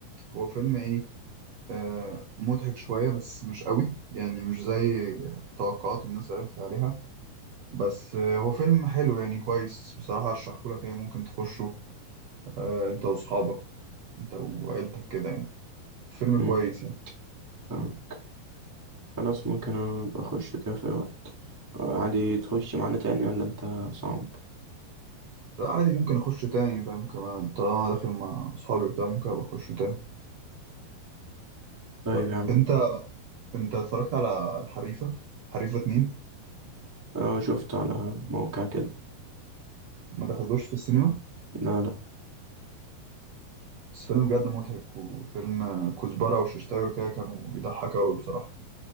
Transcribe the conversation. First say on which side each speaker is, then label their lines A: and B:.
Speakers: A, on the right (about 70°); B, on the right (about 20°).
A: هو فيلم ايه آه، مضحك شوية بس مش قوي يعني مش زي توقعات الناس قالت لي عليها بس آه، هو فيلم حلو يعني كويس بصراحة ارشحه لك يعني ممكن تخشه آه، انت واصحابك انت وعيلتك كده يعني فيلم
B: امم
A: كويس يعني
B: فاهم. خلاص ممكن ابقى اخش كده في أي وقت آه، عادي تخش معانا تاني ولا انت صعب
A: عادي ممكن اخش تاني فاهم كمان طالما داخل مع اصحابي بتاع ممكن ابقى اخش تاني
B: طيب
A: طب
B: يا عم
A: انت انت اتفرجت على الحريفة حريفة اتنين
B: اه شفته على موقع كده
A: ما دخلتوش في السينما
B: لا لا
A: بس فيلم بجد مضحك وفيلم كزبرة وششتاوي كده كانوا بيضحك أوي بصراحة